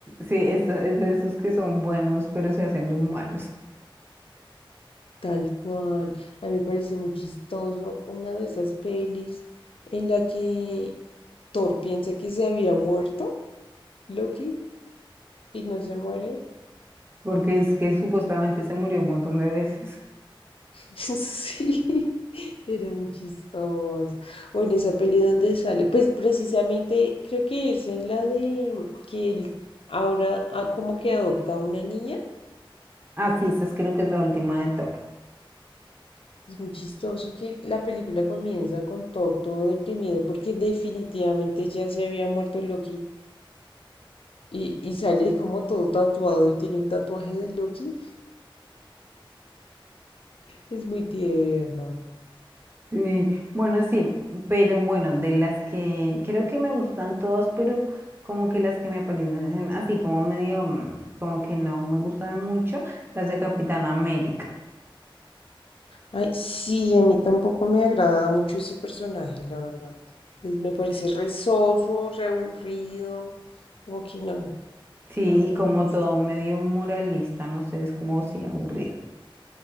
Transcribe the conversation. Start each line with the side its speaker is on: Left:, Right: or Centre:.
Right: sí, es, es de esos que son buenos, pero se hacen los malos,
Left: Tal cual. A mí me parece muy chistoso una de esas pelis en la que Thor piensa que se había muerto, Loki, y no se muere.
Right: porque es que supuestamente se murió un montón de veces.
Left: <laughs> Sí, era muy chistoso. O en esa peli donde sale, pues precisamente creo que es en la de que él ahora ah, como que adopta a una niña.
Right: Ah, sí, esa es creo que es la última de Thor.
Left: Es muy chistoso que la película comienza con Thor todo deprimido porque definitivamente ya se había muerto Loki y, y sale como todo tatuado y tiene un tatuaje de Loki. Es muy tierno.
Right: Sí, bueno, sí, pero bueno, de las que creo que me gustan todas, pero como que las que me parecen así como medio, mm, como que no me gustan mucho, las de Capitán América.
Left: Ay, sí, a mí tampoco me agrada mucho ese personaje, la verdad. Es- me parece re soso, re aburrido, como que no,
Right: Sí,
Left: no, no
Right: y como
Left: me gusta.
Right: todo medio moralista, no sé, es como si aburrido.